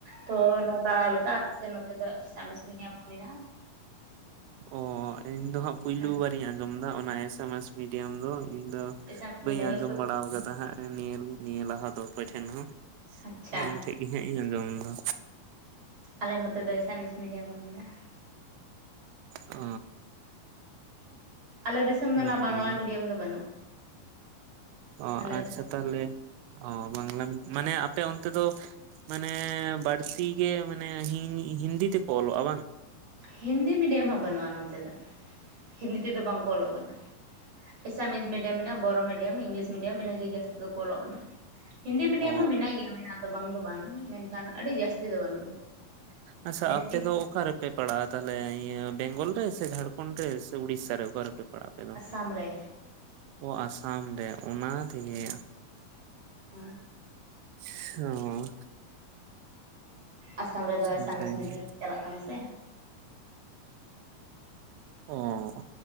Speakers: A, on the right (about 35°); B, on the right (about 90°).
A: ᱛᱚ ᱱᱚᱝᱠᱟ ᱞᱮᱠᱟ ᱥᱮ ᱱᱚᱛᱮ ᱫᱚ ᱮᱥᱟᱢᱤᱥ ᱢᱤᱰᱤᱭᱟᱢ ᱦᱚᱸ ᱢᱮᱱᱟᱜᱼᱟ᱾
B: ᱚ ᱤᱸᱧ ᱫᱚ ᱦᱟᱸᱜ ᱯᱩᱭᱞᱩ
A: ᱦᱮᱸ
B: ᱵᱟᱨᱤᱧ ᱟᱸᱡᱚᱢ ᱫᱟ ᱚᱱᱟ ᱮᱥᱮᱢᱥ ᱢᱤᱰᱤᱭᱟᱢ ᱫᱚ ᱤᱧ ᱫᱚ
A: ᱮᱥᱟᱢᱤᱥ
B: ᱵᱟᱹᱧ
A: ᱢᱤᱰᱤᱭᱟᱢ
B: ᱟᱸᱡᱚᱢ
A: ᱫᱚ
B: ᱵᱟᱲᱟᱣ ᱠᱟᱫᱟ ᱦᱟᱸᱜ ᱱᱤᱭᱟᱹ ᱱᱤᱭᱟᱹ ᱞᱟᱦᱟ ᱫᱚ ᱚᱠᱚᱭ ᱴᱷᱮᱱ ᱦᱚᱸ
A: ᱟᱪᱪᱷᱟ
B: ᱟᱢ ᱴᱷᱮᱡ ᱜᱤ ᱦᱟᱸᱜ ᱤᱧ ᱟᱸᱡᱚᱢ ᱫᱟ
A: ᱟᱞᱮ ᱱᱚᱛᱮ ᱫᱚ ᱮᱥᱟᱢᱤᱥ ᱢᱤᱰᱤᱭᱟᱢ ᱦᱚᱸ ᱢᱮᱱᱟᱜᱼᱟ᱾
B: ᱚ
A: ᱟᱞᱮ ᱫᱤᱥᱚᱢ ᱫᱚ
B: ᱱᱟᱯᱟᱭ
A: ᱚᱱᱟ ᱵᱟᱝᱞᱟ
B: ᱜᱮ
A: ᱢᱤᱰᱤᱭᱟᱢ ᱫᱚ ᱵᱟᱹᱱᱩᱜᱼᱟ
B: ᱚᱼᱟᱪᱪᱷᱟ
A: ᱟᱞᱮ ᱥᱮᱫ ᱫᱚ
B: ᱛᱷᱟᱞᱮ ᱚ ᱵᱟᱝᱞᱟ ᱢᱤ ᱢᱟᱱᱮ ᱟᱯᱮ ᱚᱱᱛᱮ ᱫᱚ ᱢᱟᱱᱮ ᱵᱟᱹᱲᱛᱤ ᱜᱮ ᱢᱟᱱᱮ ᱦᱤᱸᱼᱦᱤᱱᱫᱤ ᱛᱮᱠᱚ ᱚᱞᱚᱜᱼᱟ ᱵᱟᱝ
A: ᱦᱤᱱᱫᱤ ᱢᱤᱰᱤᱭᱟᱢ ᱦᱚ ᱵᱟᱹᱱᱩᱜᱼᱟ ᱱᱚᱛᱮ ᱫᱚ ᱦᱤᱱᱫᱤ ᱛᱮ ᱫᱚ ᱵᱟᱝ ᱠᱚ ᱚᱞᱚᱜ ᱠᱟᱱᱟ ᱮᱥᱟᱢᱤᱥ ᱢᱤᱰᱤᱭᱟᱢ ᱢᱮᱱᱟᱜᱼᱟ ᱵᱚᱨᱚ ᱢᱤᱰᱤᱭᱟᱢ ᱤᱝᱞᱤᱥ ᱢᱤᱰᱤᱭᱟᱢ ᱤᱱᱟᱹᱜᱮ ᱡᱟᱹᱥᱛᱤ ᱫᱚᱠᱚ ᱚᱞᱚᱜ ᱠᱟᱱᱟ ᱦᱤᱱᱫᱤ ᱢᱤᱰᱤᱭᱟᱢ
B: ᱚ
A: ᱦᱚᱸ ᱢᱮᱱᱟᱭ ᱜᱮᱭᱟ ᱢᱮᱱᱟᱜ ᱜᱮᱭᱟ ᱫᱚ ᱵᱟᱝ ᱫᱚ ᱵᱟᱝ ᱢᱮᱱᱠᱷᱟᱱ ᱟᱹᱰᱤ ᱡᱟᱹᱥᱛᱤ ᱫᱚ ᱵᱟᱹᱱᱩᱜ ᱜᱮᱭᱟ
B: ᱟᱪᱷᱥᱟ
A: ᱡᱟᱹᱥᱛᱤ
B: ᱟᱯᱮ ᱫᱚ ᱚᱠᱟᱨᱮᱯ ᱯᱮ ᱯᱟᱲᱟᱜ-ᱟ ᱛᱷᱟᱞᱮ ᱤᱭᱟᱹ ᱵᱮᱝᱜᱚᱞ ᱨᱮ ᱥᱮ ᱡᱷᱟᱲᱠᱷᱚᱱᱰ ᱨᱮ ᱥᱮ ᱩᱲᱤᱥᱟ ᱨᱮ ᱥᱮ ᱚᱠᱟᱨᱮ ᱯᱮ ᱟᱯᱮ ᱫᱚ,
A: ᱟᱥᱟᱢ ᱨᱮ
B: ᱚ ᱟᱥᱟᱢ ᱨᱮ ᱚᱱᱟ ᱛᱮᱜᱮ
A: ᱦᱮᱸ
B: ᱥᱚᱻᱻ
A: ᱟᱥᱟᱢ ᱨᱮᱫᱚ ᱮᱥᱟᱢᱤᱥ
B: ᱱᱟᱯᱟᱭ
A: ᱢᱤᱰᱤᱭᱟᱢ
B: ᱜᱮ
A: ᱪᱟᱞᱟᱜ ᱠᱟᱱᱟ ᱥᱮ
B: ᱚ